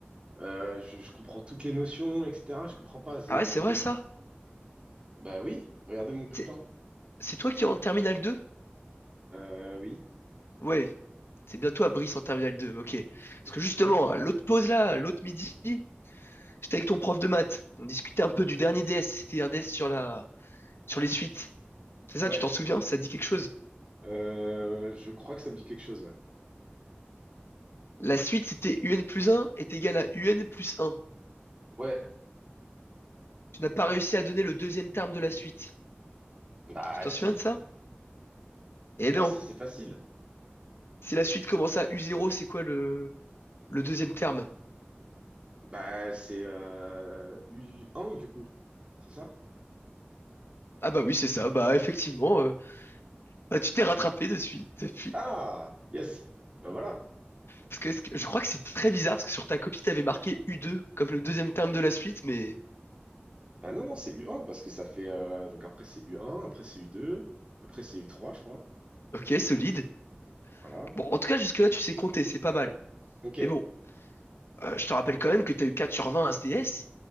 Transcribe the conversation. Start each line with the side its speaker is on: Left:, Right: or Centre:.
Right: Euh, je, je comprends toutes les notions, etc. Je comprends pas. Je,
Left: Ah ouais, c'est
Right: je-
Left: vrai ça?
Right: Bah oui, regardez mon bulletin.
Left: C'est c'est toi qui es en terminale 2.
Right: Euh, oui,
Left: Ouais, c'est bien toi, Brice, en terminale 2. ok. Parce
Right: <laughs> Ouais,
Left: que justement,
Right: c'est moi.
Left: à l'autre pause là, à l'autre midi, j'étais avec ton prof de maths. On discutait un peu du dernier DS. C'était un DS sur la, sur les suites. C'est ça,
Right: Ouais,
Left: tu t'en souviens? Ça te dit quelque chose?
Right: Euh, je crois que ça me dit quelque chose. Ouais.
Left: La suite, c'était UN plus un est égal à UN plus un.
Right: Ouais.
Left: Tu n'as pas réussi à donner le deuxième terme de la suite.
Right: Bah
Left: Tu t'en
Right: si,
Left: souviens de ça? Et
Right: bah
Left: non.
Right: si, c'est facile.
Left: Si la suite commence à u zéro, c'est quoi le, le deuxième terme?
Right: Bah c'est euh, U1 du coup, c'est ça?
Left: Ah bah oui, c'est ça. Bah effectivement, euh, bah, tu t'es rattrapé dessus, depuis.
Right: Ah, yes. Bah voilà.
Left: Parce que, est-ce que- je crois que c'est très bizarre parce que sur ta copie, t'avais marqué u deux comme le deuxième terme de la suite, mais
Right: Bah non, non, c'est U1 parce que ça fait... euh, Donc après c'est U1, après c'est U2, après c'est U3, je crois.
Left: ok, solide.
Right: Voilà.
Left: Bon, en tout cas, jusque-là, tu sais compter, c'est pas mal.
Right: Ok.
Left: Mais bon, euh, je te rappelle quand même que t'as eu 4 sur 20 à SDS